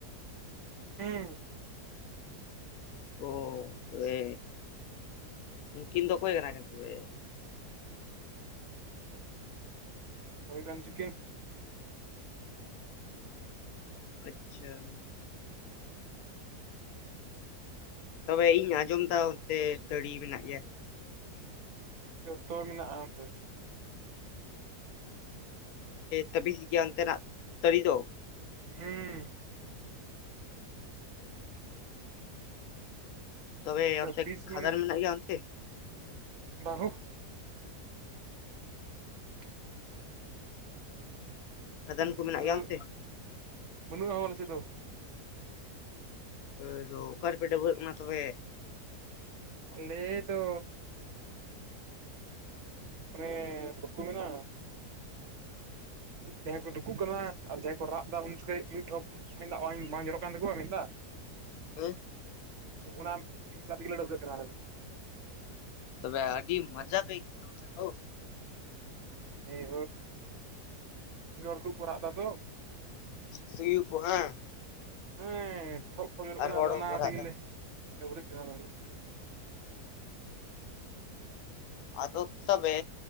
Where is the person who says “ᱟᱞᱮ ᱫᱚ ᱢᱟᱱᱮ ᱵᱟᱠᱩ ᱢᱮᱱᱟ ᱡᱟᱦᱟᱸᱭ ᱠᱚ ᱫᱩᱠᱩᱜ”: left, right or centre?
Right